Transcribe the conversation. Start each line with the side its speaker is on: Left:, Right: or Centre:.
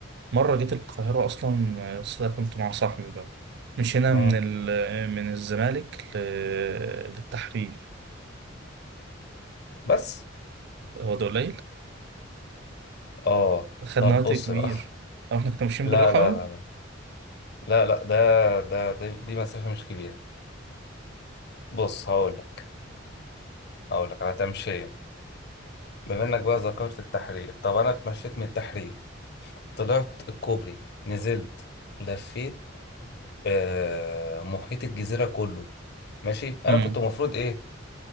Right: مرة جيت القاهرة أصلا آه، بس ده كنت مع صاحبي بقى مشينا
Left: اه
Right: من ال... آه، من الزمالك ل... آه، للتحرير
Left: بس؟
Right: هو ده قليل
Left: اه
Right: خدنا
Left: طب
Right: وقت
Left: بص
Right: كبير
Left: بقى <laughs>
Right: لو احنا كنا ماشيين
Left: لا
Right: بالراحة
Left: لا
Right: بقى
Left: لا لا لا لا ده ده دي, دي مسافة مش كبيرة بص هقول لك هقول لك على تمشية بما إنك بقى ذكرت التحرير طب أنا اتمشيت من التحرير طلعت الكوبري نزلت لفيت آه، محيط الجزيرة كله ماشي انا
Right: امم
Left: كنت المفروض ايه